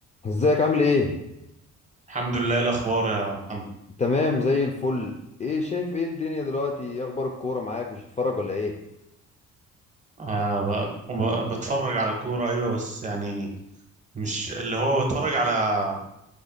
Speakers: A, on the left; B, on the right.
A: ازيك عامل ايه
B: الحمد لله إيه الأخبار يا محمد
A: تمام زي الفل ايه شايف ايه الدنيا دلوقتي ايه اخبار الكوره معاك مش هتتفرج ولا ايه
B: آه ب- ب- بتفرج على الكورة أيوة بس يعني مش اللي هو بتفرج على آه،